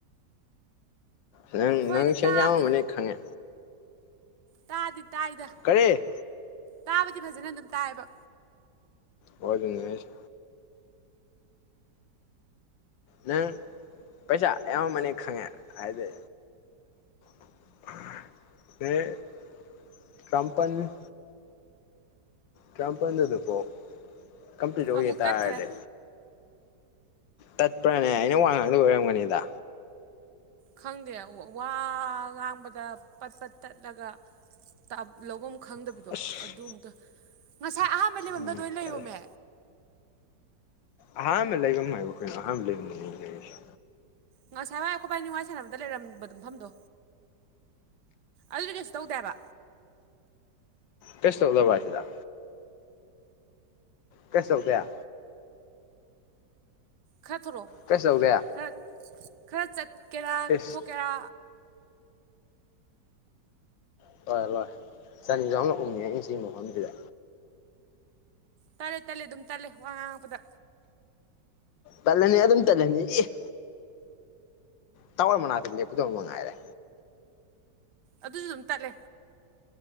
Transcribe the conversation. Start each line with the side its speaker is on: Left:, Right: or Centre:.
Left: ꯅꯪ
Right: ꯍꯣꯏꯗ
Left: ꯅꯪ ꯁꯦꯟ
Right: ꯇꯥꯕꯗꯤ
Left: ꯌꯥꯝꯃꯝꯃꯅꯤ ꯈꯪꯉꯦ
Right: ꯇꯥꯗꯤ ꯇꯥꯏꯗ
Left: ꯀꯔꯤ
Right: ꯇꯥꯕꯗꯤ ꯐꯖꯅ ꯑꯗꯨꯝ ꯇꯥꯏꯕ
Left: ꯑꯣ ꯑꯗꯨꯅꯦ ꯍꯥꯏꯁꯦ ꯅꯪ ꯄꯩꯁꯥ ꯑꯌꯥꯝꯃꯅꯤ ꯈꯪꯉꯦ ꯍꯥꯏꯗꯤ <unintelligible> ꯀꯝꯄꯟ ꯇꯔꯥꯝꯄꯜꯗ ꯑꯗꯨꯐꯥꯎ ꯀꯝꯄ꯭ꯂꯤꯠ ꯑꯣꯏꯒꯦ
Right: ꯑꯃꯨꯛ
Left: ꯍꯥꯏꯇꯥꯔꯗꯤ
Right: ꯇꯠꯈ꯭ꯔꯦ
Left: ꯇꯠꯄ꯭ꯔꯥꯅꯦ ꯑꯩꯅ ꯋꯥ ꯉꯥꯡꯗꯕꯩ ꯑꯣꯏꯔꯝꯒꯅꯤꯗ
Right: ꯈꯪꯗꯦ ꯋꯥ ꯉꯥꯡꯕꯗ ꯄꯠ ꯄꯠ ꯇꯠꯂꯒ ꯇꯥ ꯂꯧꯕꯝ ꯈꯪꯗꯕꯤꯗꯣ
Left: ꯑꯁ
Right: ꯑꯗꯨꯃꯨꯛ ꯇꯧꯏ ꯉꯁꯥꯏ ꯑꯍꯥꯟꯕ ꯂꯩꯕꯝꯗꯣ
Left: ꯎꯝ
Right: ꯑꯗꯨꯑꯣꯏ ꯂꯩꯌꯣꯃꯦ
Left: ꯐꯔꯦ ꯑꯍꯥꯥꯟꯕ ꯂꯩꯕꯝ ꯍꯥꯏꯕꯨ ꯀꯩꯅꯣ ꯑꯍꯥꯟꯕ ꯂꯩꯕꯝꯗꯨꯅꯦ ꯑꯩꯅ ꯂꯩꯔꯤꯁꯦ
Right: ꯉꯁꯥꯏ ꯋꯥꯏ ꯑꯩꯈꯣꯏ ꯕꯥꯟꯅꯤ ꯋꯥꯔꯤ ꯁꯥꯟꯅꯕꯗ ꯂꯩꯔꯝꯕ ꯃꯐꯝꯗꯣ ꯑꯗꯨꯗꯤ ꯀꯩꯁꯨ ꯇꯧꯗꯦ ꯍꯥꯏꯕ
Left: ꯀꯩꯁꯨ ꯇꯧꯗꯕ꯭ꯔꯥ ꯑꯁꯤꯗ ꯀꯩꯁꯨ ꯇꯧꯗꯦ
Right: ꯈꯔ ꯊꯣꯔꯛꯑꯣ
Left: ꯀꯩꯁꯨ ꯇꯧꯗꯦ
Right: ꯈꯔ ꯈꯔ ꯆꯠꯀꯦꯔꯥ
Left: ꯏꯁ
Right: ꯊꯣꯛꯀꯦꯔꯥ
Left: <unintelligible> ꯆꯅꯤ ꯆꯍꯨꯝꯂꯛ ꯎꯪꯉꯦ ꯑꯩ ꯁꯤ ꯃꯐꯝꯁꯤꯗ
Right: ꯇꯠꯂꯦ ꯇꯠꯂꯦ ꯑꯗꯨꯝ ꯇꯠꯂꯦ ꯋꯥ ꯉꯥꯡꯉꯛꯄꯗ
Left: ꯇꯠꯂꯅꯤ ꯑꯗꯨꯝ ꯇꯠꯂꯅꯤ ꯏ ꯇꯥꯎꯋꯔ ꯃꯅꯥꯛꯇ ꯂꯦꯄꯨꯗꯧꯕ ꯃꯉꯥꯏꯔꯦ
Right: ꯑꯗꯨꯁꯨ ꯑꯗꯨꯝ ꯇꯠꯂꯦ